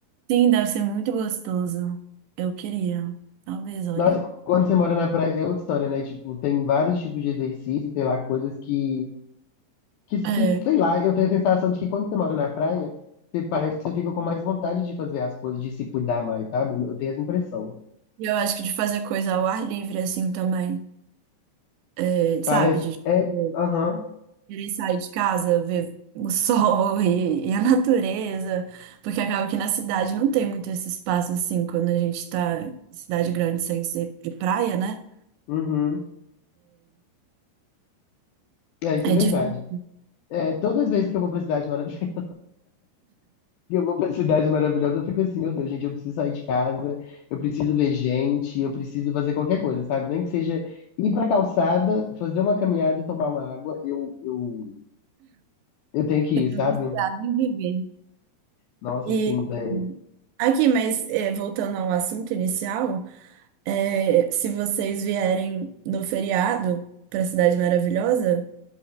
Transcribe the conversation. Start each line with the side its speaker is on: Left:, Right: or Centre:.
Right: Sim, deve ser muito gostoso. Eu queria. Talvez, olha.
Left: Nossa, quando você mora na praia é outra história, né? Tipo, tem vários tipos de exercício, tem lá, coisas que. Que,
Right: é
Left: que, sei lá, eu tenho a sensação de que quando você mora na praia, você parece que você fica com mais vontade de fazer as coisas, de se cuidar mais, sabe? Eu tenho essa impressão.
Right: E eu acho que de fazer coisa ao ar livre, assim, também. É,
Left: Parece.
Right: sabe? De tipo,
Left: É. Aham.
Right: querer sair de casa, ver o <laughs> sol e, e a natureza. Porque acaba que na cidade não tem muito esse espaço, assim, quando a gente tá em cidade grande sem ser de praia, né?
Left: Uhum. É, isso
Right: É
Left: é verdade.
Right: difícil
Left: É, todas as vezes que eu vou pra cidade maravilhosa, <laughs> eu vou pra cidade maravilhosa, eu fico assim, meu Deus, gente, eu preciso sair de casa, eu preciso ver gente, eu preciso fazer qualquer coisa, sabe? Nem que seja ir pra calçada, fazer uma caminhada e tomar uma água, eu, eu, eu tenho que
Right: ficar
Left: ir, sabe?
Right: viciado em viver.
Left: Nossa,
Right: E
Left: sim, velho.
Right: aqui, mas é, voltando ao assunto inicial, é, se vocês vierem no feriado para Cidade Maravilhosa,